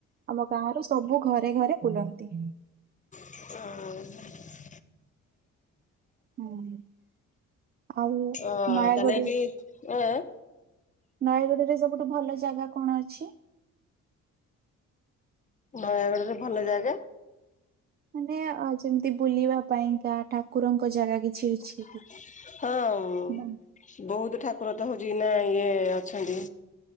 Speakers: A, on the right (about 35°); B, on the left (about 25°).
A: ଆମ ଗାଁର ସବୁ ଘରେ ଘରେ ବୁଲନ୍ତି।
B: ଅଁ ହ
A: ହୁଁ। ଆଉ
B: ଅ
A: ନୟାଗଡ
B: ତାନେ ବି ଅ
A: ନୟାଗଡ଼ ରେ ସବୁଠୁ ଭଲ ଜାଗା କଣ ଅଛି?
B: ନୟାଗଡରେ ଭଲ ଜାଗା
A: ମାନେ ଯେମିତି ବୁଲିବା ପାଇଁକା ଠାକୁରଙ୍କ ଜାଗା କିଛି କି
B: ହଁ।
A: ଅଛି ନା
B: ବହୁତ ଠାକୁର ତ ହଉଛି ନା ଇଏ ଅଛନ୍ତି।